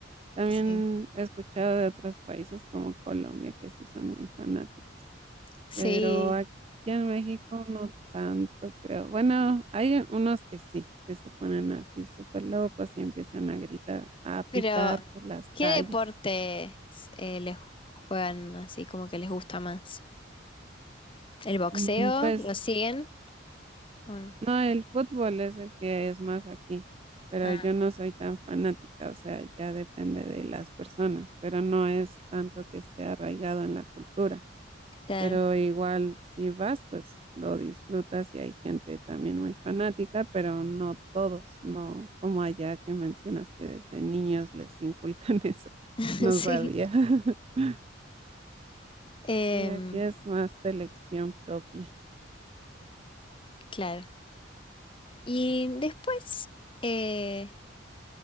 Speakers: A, on the right; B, on the left.
A: También
B: sí.
A: he escuchado de otros países como Colombia que sí son muy fanáticos,
B: Sí,
A: pero aquí en México no tanto, creo. Bueno, hay unos que sí, que se ponen así súper locos y empiezan a gritar, a pitar
B: pero
A: por las
B: ¿qué
A: calles.
B: deporte les juegan así como que les gusta más? ¿El boxeo?
A: Mm, Pues
B: ¿Lo siguen? Uno.
A: No, el fútbol es el que es más aquí, pero
B: Ah,
A: yo no soy tan fanática, o sea, ya depende de las personas, pero no es tanto que esté arraigado en la cultura,
B: claro,
A: pero igual si vas, pues lo disfrutas y hay gente también muy fanática, pero no todos, no como allá que mencionas que desde niños les inculcan <laughs> eso,
B: <laughs>
A: no sabía.
B: sí,
A: <laughs>
B: em,
A: Sí, aquí es más selección propia.
B: claro. Y después, eh,